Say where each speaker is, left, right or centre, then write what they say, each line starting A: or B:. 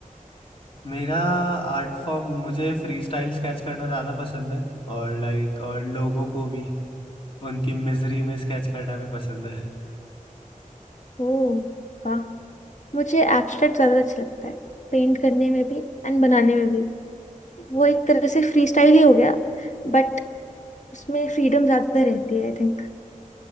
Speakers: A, on the left (about 40°); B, on the left (about 60°).
A: मेरा आर्ट फॉर्म मुझे फ्री स्टाइल स्केच करना ज़्यादा पसंद है और लाइक और लोगों को भी उनकी मिजरी में स्केच करना भी पसंद है
B: ओ वाह मुझे एब्स्ट्रैक्ट ज्यादा अच्छा लगता है पेंट करने में भी एंड बनाने में भी वो एक तरह से फ्री स्टाइल ही हो गया बट उसमें फ्रीडम ज्यादा रहती है आई थिंक